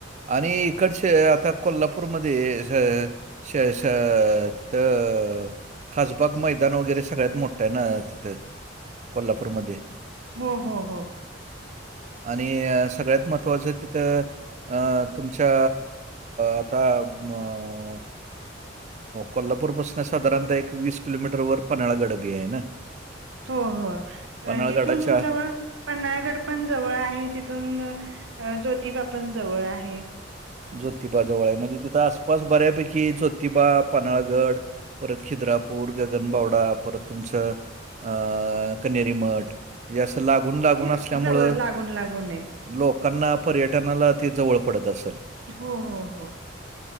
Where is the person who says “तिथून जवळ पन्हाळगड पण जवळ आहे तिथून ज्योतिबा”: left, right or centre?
Right